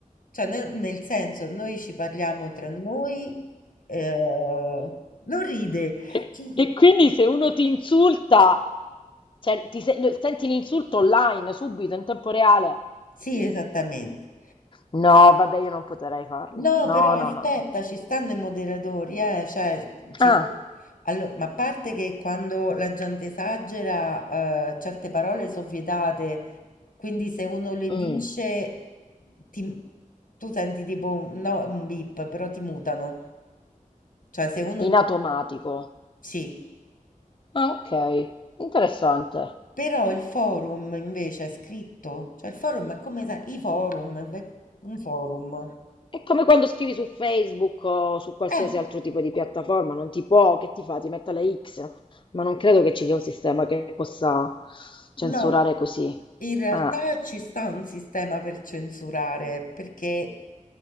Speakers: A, on the left; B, on the left.
A: Cioè, nel nel senso, noi ci parliamo tra noi, eh, non ride.
B: E,
A: <laughs>
B: e quindi se uno ti insulta, cioè ti se- senti l'insulto online subito in tempo reale?
A: Sì, esattamente.
B: No, vabbè, io non potrei farlo.
A: No,
B: No,
A: però
B: no,
A: aspetta,
B: no, no.
A: ci stanno i moderatori, eh, cioè, mhmm, ci
B: Ah,
A: sono... Allora, ma a parte che quando la gente esagera, eh, certe parole sono vietate, quindi se uno le
B: mm,
A: dice, ti- tu senti tipo, un- no, un beep, però ti mutano. Cioè, se uno...
B: in automatico.
A: Sì,
B: Ah, ok, interessante.
A: però il forum invece è scritto, cioè il forum è come sa- i forum, è un forum.
B: È come quando scrivi su Facebook o su qualsiasi
A: Eh.
B: altro tipo di piattaforma, non ti può, che ti fa? Ti mette le X, ma non credo che ci sia un sistema che possa censurare
A: No,
B: così.
A: in realtà
B: Ah,
A: ci sta un sistema per censurare, perché